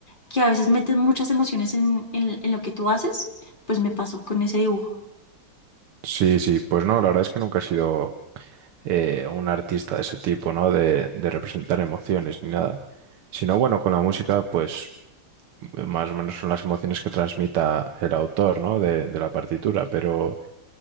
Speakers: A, on the left; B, on the right.
A: que a veces metes muchas emociones en, en, en lo que tú haces, pues me pasó con ese dibujo.
B: Sí, sí. Pues no, la verdad es que nunca he sido eh, un artista de ese tipo, ¿no? De, de representar emociones ni nada. Sino, bueno, con la música, pues más o menos son las emociones que transmita el autor, ¿no? De, de la partitura, pero...